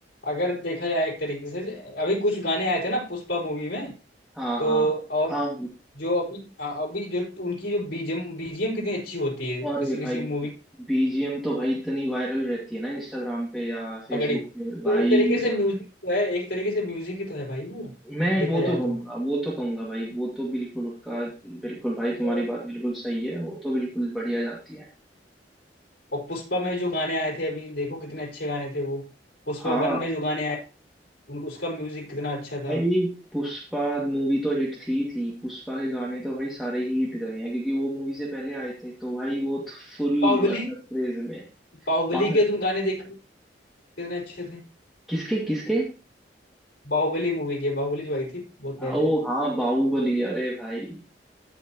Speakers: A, on the left; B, in the centre.
A: अगर देखा जाए एक तरीके से अभी कुछ गाने आए थे ना पुष्पा मूवी में
B: हाँ
A: तो
B: हाँ
A: और
B: हाँ
A: जो अभी हाँ, अभी जो उनकी जो बीजीएम बीजीएम कितनी अच्छी होती है किसी
B: और ये
A: किसी
B: भाई
A: मूवी
B: बीजीएम तो भाई इतनी वायरल रहती है ना इंस्टाग्राम पे या फेसबुक
A: तगड़ी तो
B: पे भाई
A: एक तरीके से म्यूजिक तो है एक तरीके से म्यूजिक ही तो है भाई वो
B: मैं
A: देखा
B: वो
A: जाए
B: तो कहूंगा
A: तो
B: वो तो कहूंगा भाई वो तो बिल्कुल उठका बिल्कुल भाई तुम्हारी
A: तो
B: बात बिल्कुल सही है वो तो बिल्कुल बढ़िया जाती है
A: और पुष्पा में जो गाने आए थे अभी देखो कितने अच्छे गाने थे वो पुष्पा
B: हाँ
A: वन में जो गाने आए उन उसका म्यूजिक कितना अच्छा था
B: भाई पुष्पा मूवी तो हिट थी थी पुष्पा के गाने तो भाई सारे ही हिट गए हैं क्योंकि वो मूवी से पहले आए थे तो भाई वो तो फुल
A: बाहुबली
B: मतलब क्रेज में
A: बाहुबली
B: पागल
A: के तुम गाने देखो कितने अच्छे थे
B: किसके किसके
A: बाहुबली मूवी के बाहुबली जो आई थी बहुत पहले
B: ओ हाँ बाहुबली अरे भाई